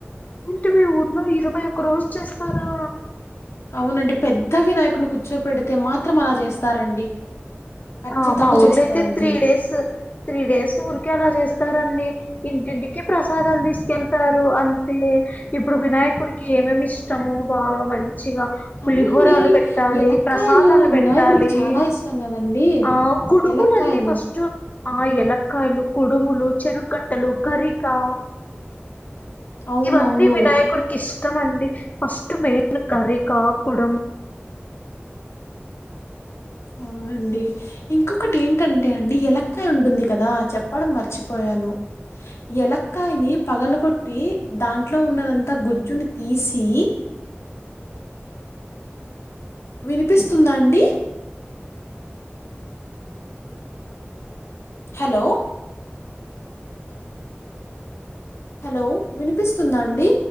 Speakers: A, on the left; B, on the left.
A: ఏంటి మీ ఊర్లో ఇరవై ఒక్క రోజు చేస్తారా!
B: అవునండి పెద్ద వినాయకున్నీ కూర్చో పెడితే మాత్రం అలా చేస్తారండి. ఖచ్చితంగా
A: ఆ మా ఊర్లో
B: చేస్తారండి.
A: అయితే త్రీ డేస్ త్రీ డేస్ ఊరికే అలా చేస్తారండి ఇంటింటికి ప్రసాదాలు తీసుకెళ్తారు అంతే ఇప్పుడు వినాయకుడికి ఏమేమి ఇష్టము బాగా మంచి మంచిగా పులిహోరలు
B: అవునండి
A: పెట్టాలి
B: ఎలక్కాయలు
A: ప్రసాదాలు
B: వినాయకుడికి
A: పెట్టాలి
B: చాలా ఇష్టం కదండీ.
A: ఆ కుడువునండి
B: ఎలక్కాయలు
A: ఫస్ట్ ఆ ఎలక్కాయలు కుడుములు చెరుగట్టలు గరికా
B: అవును
A: ఇవన్నీ
B: అవును
A: వినాయకుడికి ఇష్టం ఇష్టం అండి ఫస్ట్ మెయిన్ గరికా కుడం
B: అవునండి ఇంకొకటి ఏంటంటే అండి ఎలక్కయ ఉంటుంది కదా చెప్పడం మర్చిపోయాను ఎలక్కాయని పగలగొట్టి దాంట్లో ఉన్నదంతా గుజ్జుని తీసి వినిపిస్తుందా అండి హలో హలో వినిపిస్తుందా అండి